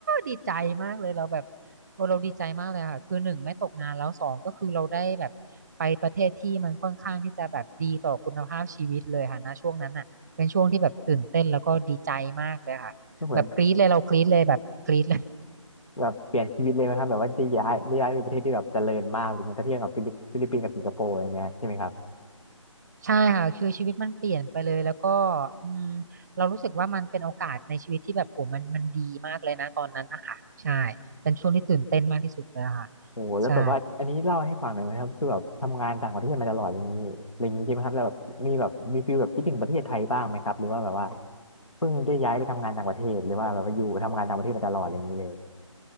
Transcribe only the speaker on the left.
ก็เหมือนแบบเปลี่ยนชีวิตเลยไหมครับแบบว่าจะย้ายย้ายไปประเทศที่แบบเจริญมากหรือไงถ้าเทียบกับฟิลิปฟิลิปปินส์กับสิงคโปร์อย่างเงี้ยใช่ไหมครับ
โอ้โหแล้วแบบว่าอันนี้เล่าให้ฟังหน่อยไหมครับคือแบบทำงานต่างประเทศมาตลอดอะไรอย่างนี้อะไรอย่างนี้ใช่ไหมครับแล้วแบบมีแบบมีฟีลแบบคิดถึงประเทศไทยบ้างไหมครับหรือว่าแบบว่า
เพิ่งได้ย้ายไปทำงานต่างประเทศหรือว่าแบบว่าอยู่ทำงานต่างประเทศมาตลอดอะไรอย่างนี้เลย